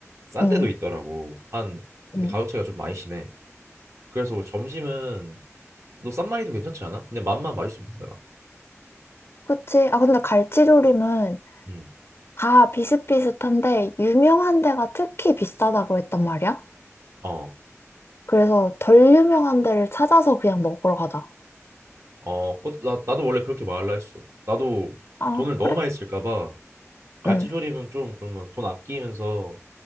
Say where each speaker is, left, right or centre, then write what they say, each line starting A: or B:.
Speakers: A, on the right (about 65°); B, on the left (about 50°).
A: 싼
B: 응,
A: 데도 있더라고. 한 근데
B: 응.
A: 가격 차이가 좀 많이 심해. 그래서 우리 점심은 너 싼마이도 괜찮지 않아? 그냥 맛만 맛있으면 되잖아.
B: 그치? 아, 근데 갈치조림은
A: 음.
B: 다 비슷비슷한데, 유명한 데가 특히 비싸다고 했단 말이야?
A: 어.
B: 그래서 덜 유명한 데를 찾아서 그냥 먹으러 가자.
A: 어, 그것도 나, 나도 원래 그렇게 말할라 했어. 나도
B: 아,
A: 돈을 너무
B: 그래?
A: 많이 쓸까 봐 갈치조림은
B: 응,
A: 좀 그러면 돈 아끼면서